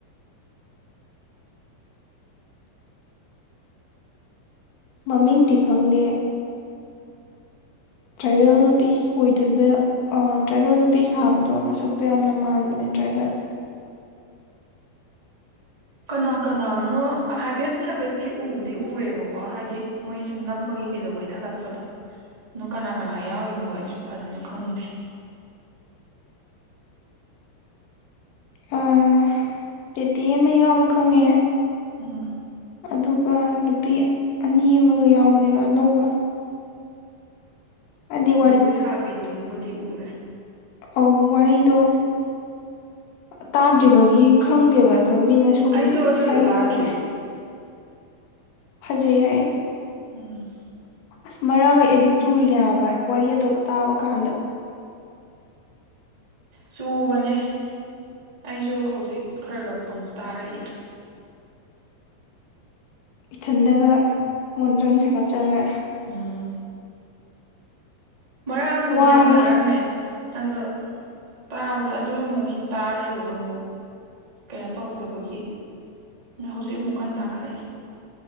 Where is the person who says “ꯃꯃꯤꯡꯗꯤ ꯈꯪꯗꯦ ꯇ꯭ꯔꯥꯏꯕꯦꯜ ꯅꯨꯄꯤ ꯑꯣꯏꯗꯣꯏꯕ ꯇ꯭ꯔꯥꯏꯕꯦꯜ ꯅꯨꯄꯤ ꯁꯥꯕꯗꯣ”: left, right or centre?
Left